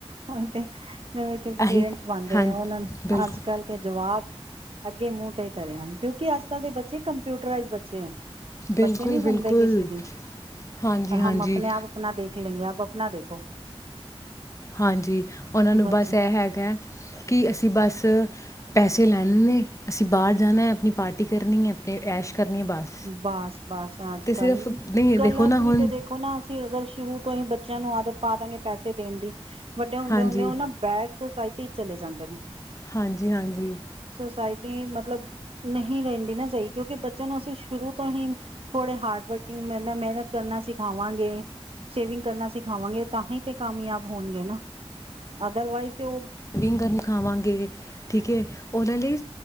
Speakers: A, on the right; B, on the left.
A: ਓਹੀ ਤੇ
B: ਇਹੀ
A: ਪੇਰੈਂਟਸ ਬਣਦੇ
B: ਹਾਂ
A: ਆ ਉਹਨਾਂ ਨੂੰ
B: ਬਿਲਕੁਲ
A: ਅੱਜ ਕੱਲ੍ਹ ਤੇ ਜਵਾਬ ਅੱਗੇ ਮੂੰ ਤੇ ਹਨ ਕਿਉਂਕਿ ਅੱਜੱਲ ਦੇ ਬੱਚੇ ਕੰਪਿਊਰਾਈਜ਼ ਅੱਛਾ
B: ਬਿਲਕੁਲ
A: ਬੱਚੇ ਨਹੀਂੀ
B: ਬਿਲਕੁਲ
A: ਸੁਣਦੇ ਕਿਸੇ ਦੀ
B: ਹਾਂਜੀ ਹਾਂਜੀ
A: ਹਮ ਆਪਣੇ ਆਪ ਆਪਣਾ ਦੇਖੇ ਨਹੀਂ ਆਪ ਆਪਣਾ ਦੇਖੋ।
B: ਹਾਂਜੀ, ਉਹਨਾਂ ਨੂੰ
A: ਬੱਚੇ
B: ਬਸ ਇਹ ਹੈਗਾ ਕਿ ਅਸੀਂ ਬਸ ਪੈਸੇ ਲੈਣੇ ਨੇ ਅਸੀਂ ਬਾਹਰ ਜਾਣਾ ਆਪਣੀ ਪਾਰਟੀ ਕਰਨੀ ਹੈ। ਐਸ਼ ਕਰਨੀ ਹੈ ਬਸ
A: ਬਸ-ਬਸ ਅੱਜ
B: ਅਤੇ
A: ਕੱਲ
B: ਸਿਰਫ ਨਹੀਂ
A: ਗਲਤ
B: ਦੇਖੋ ਨਾ ਹੁਣ
A: ਵੀ ਤੇ ਦੇਖੋ ਨਾ ਅਸੀਂ ਅਗਰ ਸ਼ੁਰੂ ਤੋਂ ਹੀ ਬੱਚਿਆਂ ਨੂੰ ਆਦਤ ਪਾ ਦਾਂਗੇ ਪੈਸੇ ਦੇਣ ਦੀ ਵੱਡੇ ਹੁੰਦੇ-ਹੁੰਦੇ
B: ਹਾਂਜੀ
A: ਉਹ ਨਾ ਬੈਡਸ ਸੁੋਸਾਇਟੀ ਚ ਚਲੇ ਜਾਂਦੇ ਨੇ।
B: ਹਾਂਜੀ-ਹਾਂਜੀ
A: ਸੋਸਾਇਟੀ ਮਤਲਬ ਨਹੀਂ ਰਹਿੰਦੀ ਨਾ ਸਹੀ ਕਿਉਂਕਿ ਬੱਚਿਆਂ ਨੂੰ ਅਸੀਂ ਸ਼ੁਰੂ ਤੋਂ ਹੀ ਥੋੜੇ ਹਾਰਡ ਵਰਕਿੰਗ, ਮੇਹਨਤ ਕਰਨਾ ਸਿਖਾਵਾਂਗੇ, ਸੇਵਿੰਗ ਕਰਨਾ ਸਿਖਾਵਾਂਗੇ ਤਾਂਹੀ ਤੇ ਕਾਮਯਾਬ ਹੋਣਗੇ ਨਾ ਅਦਰਵਾਈਜ਼ ਤੇ ਉਹ
B: <unintelligible> ਖਾਵਾਂਗੇ ਠੀਕ ਏ। ਉਹਨਾਂ ਹੀ